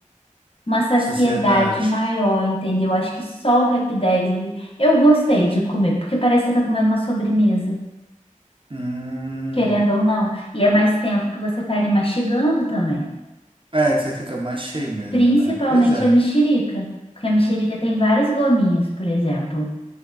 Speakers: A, on the left; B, on the right.
A: uma saciedade
B: Sociedade.
A: maior, entendeu? Acho que só o Rap 10 ali. Eu gostei de comer, porque parece que você tá comendo uma sobremesa,
B: Hum.
A: querendo ou não. E é mais tempo que você tá ali mastigando também.
B: É, você fica mais cheio mesmo,
A: Principalmente
B: né? Pois é.
A: a mexerica, porque a mexerica tem várias gominhas, por exemplo.